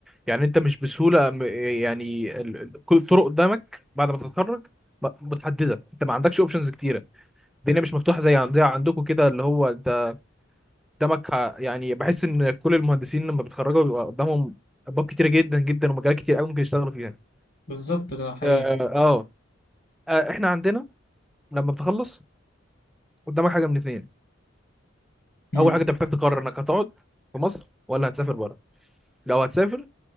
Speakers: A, in the centre; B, on the left.
A: يعني انت مش بسهولة م- يعني ال- ال- كل الطرق قدامك بعد ما تتخرج م- متحددة انت ما عندكش اوبشنز كتيرة الدنيا مش مفتوحة زي عندها عندكم كده اللي هو انت قدامك ه- يعني بحس ان كل المهندسين لما بيتخرجوا بيبقى قدامهم ابواب كتيرة جدا جدا ومجالات كتير قوي ممكن يشتغلوا فيها
B: بالظبط ده حقيقة
A: اه اه. اه، احنا عندنا لما بتخلص قدامك حاجة من اتنين
B: امم
A: اول حاجة انت محتاج تقرر انك هتقعد في مصر ولا هتسافر بره لو هتسافر